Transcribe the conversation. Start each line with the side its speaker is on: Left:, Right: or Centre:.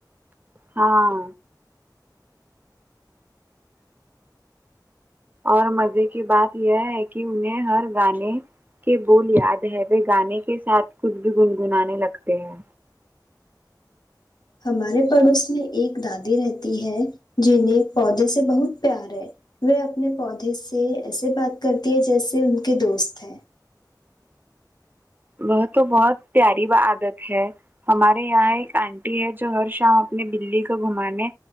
Right: ہاں اور مزے کی بات یہ ہے کہ انہیں ہر گانے کے بول یاد ہے وہ گانے کے ساتھ کچھ بھی گنگنانے لگتے ہیں
Left: ہمارے پڑوس میں ایک دادی رہتی ہے جنھیں پودے سے بہت پیار ہے وہ اپنے پودے سے ایسے بات کرتی ہے جیسے ان کے دوست ہیں
Right: وہ تو بہت پیاری وہ عادت ہے ہمارے یہاں ایک آنٹی ہے جو ہر شام اپنے بلی کو گھومانے